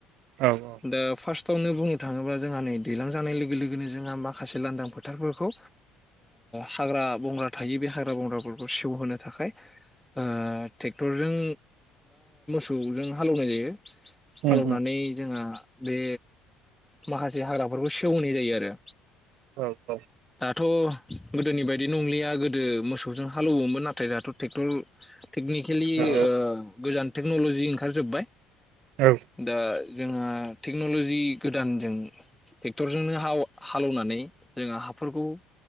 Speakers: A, on the right; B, in the centre.
A: औ औ
B: दा फार्स्ट टावनो बुंनो थाङोब्ला जोंहा नै दैलां जानाय लोगो लोगोनो जोंहा माखासे लांदां फोथारफोरखौ हाग्रा बंग्रा थायो बे ओ हाग्रा बंग्राफोरखौ सेवहोनो थाखाय ओ टेक्टरजों सौजों हालौवनाय जायो
A: उम
B: हालौवनानै
A: उम
B: जोंहा बे माखासे हाग्राफोरखौ सेवहोनाय जायो आरो
A: औ औ
B: दाथ' गोदोनि बायदि नंलिया गोदो मोसौजों हालौवोमोन नाथाय दाथ' टेक्टर टेकनिकेलि
A: औ
B: ओ गोजान टेक्न'ल'जि ओंखारजोब्बाय
A: औ
B: दा जोंहा टेक्न'लजि गोदानजों टेक्टरजोंनो हालौवनानै जोङो हाफोरखौ